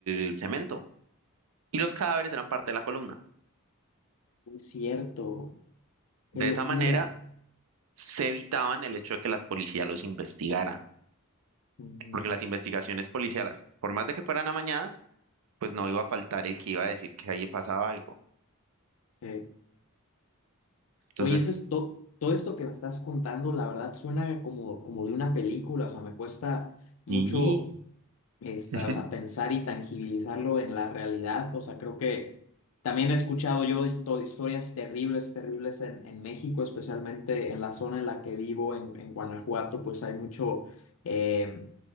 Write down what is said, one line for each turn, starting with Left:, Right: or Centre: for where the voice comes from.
Right: el cemento, y los cadáveres eran parte de la columna.
Left: No Es cierto,
Right: De
Left: qué locura.
Right: esa manera se evitaban el hecho de que la policía los investigara,
Left: Ujú,
Right: porque las investigaciones policiales, por más de que fueran amañadas, pues no iba a faltar el que iba a decir que ahí pasaba algo.
Left: sí.
Right: Entonces,
Left: Oye, eso es to- todo esto que me estás contando, la verdad suena como, como de una película, o sea, me cuesta mucho
Right: sí,
Left: esta,
Right: Ujú,
Left: o sea, pensar y tangibilizarlo en la realidad. O sea, creo que también he escuchado yo histo- historias terribles, terribles en, en México, especialmente en la zona en la que vivo, en, en Guanajuato, pues hay mucho, eh,